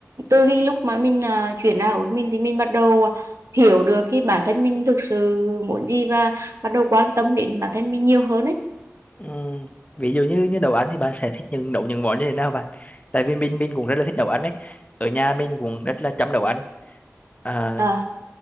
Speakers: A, on the right; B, on the left.
A: từ cái lúc mà mình à, chuyển ra của mình thì mình bắt đầu hiểu được cái bản thân mình thực sự muốn gì và bắt đầu quan tâm đến bản thân mình nhiều hơn ấy
B: Ừ. Ví dụ như như nấu ăn thì bạn sẽ thích những nấu những món như thế nào bạn? Tại vì mình mình cũng rất là thích nấu ăn đấy. Ở nhà mình cũng rất là chăm nấu ăn. À,
A: à